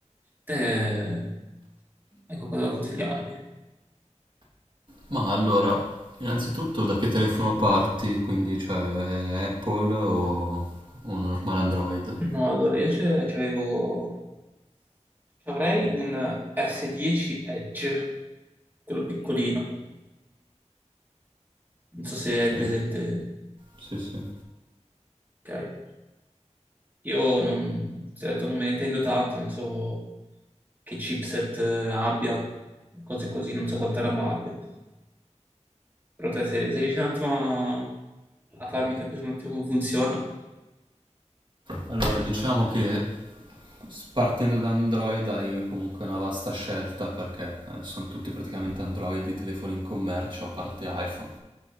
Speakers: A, on the right (about 15°); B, on the right (about 40°).
A: te hai qualcosa da consigliarmi?
B: Ma allora, innanzitutto da che telefono parti? Quindi, cioè, è Apple o un normale Android?
A: No, allora io c'è- c'avevo... Avrei un S10 Edge, quello piccolino. Non so se
B: Sì,
A: hai presente,
B: sì, sì.
A: ok? Io non, ti ho detto, non me ne intendo tanto, non so che chipset eh, abbia, cose così, non so quanta RAM abbia. Però te, se, se riesci un attimo a, a farmi capire un attimo come funziona,
B: Allora, diciamo che s- partendo da Android hai comunque una vasta scelta perché eh, sono tutti praticamente Android i telefoni in commercio, a parte iPhone.